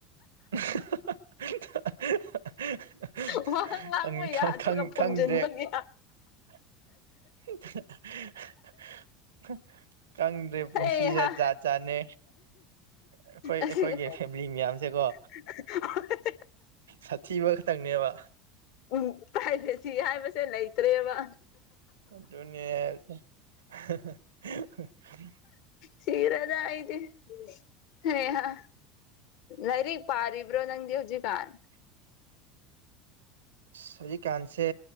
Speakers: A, on the right (about 80°); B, on the left (about 60°).
A: <unintelligible>
B: ꯋꯥ ꯉꯥꯡꯕ
A: ꯑꯪ
B: ꯌꯥꯗ꯭ꯔꯒ
A: ꯈꯪ ꯈꯪ ꯈꯪ
B: ꯐꯝꯖꯤꯟꯕꯒꯤ
A: ꯈꯪꯗꯦ <unintelligible> ꯈꯪꯗꯦ ꯄꯨꯟꯁꯤꯁꯦ
B: ꯑꯩ ꯍꯥ
A: ꯖꯥꯠ ꯖꯥꯠꯅꯦ ꯑꯩꯈꯣꯏ
B: ꯑꯁꯤꯒ
A: ꯑꯩꯈꯣꯏꯒꯤ ꯐꯦꯝ ꯃꯤ ꯃꯌꯥꯝꯁꯦꯀꯣ
B: <unintelligible>
A: ꯁꯥꯊꯤꯕ ꯈꯛꯇꯪꯅꯦꯕ
B: ꯎꯝ ꯄ꯭ꯔꯥꯏꯚꯦꯁꯤ ꯍꯥꯏꯕꯁꯦ ꯂꯩꯇ꯭ꯔꯦꯕ
A: ꯗꯨꯅꯦ
B: ꯁꯤꯔꯦꯗ ꯑꯩꯗꯤ ꯍꯩꯍꯥ ꯂꯥꯏꯔꯤꯛ ꯄꯥꯔꯤꯕ꯭ꯔꯣ ꯅꯪꯗꯤ ꯍꯧꯖꯤꯛꯀꯥꯟ
A: ꯑꯁ ꯍꯧꯖꯤꯀꯥꯟꯁꯦ